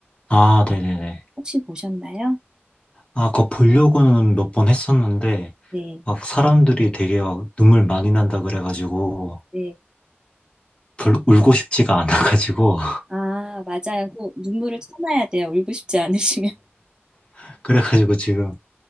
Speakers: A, on the left (about 25°); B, on the right (about 20°).
A: 아, 네네네.
B: 혹시 보셨나요?
A: 아, 그거 보려고는 몇 번 했었는데,
B: 네,
A: 막 사람들이 되게 막 눈물 많이 난다 그래가지고,
B: 네.
A: 별로 울고 싶지가 않아가지고, <laughs>
B: 아, 맞아요. 그 눈물을 참아야 돼요. 울고 싶지 않으시면.
A: 아, 그래가지고 지금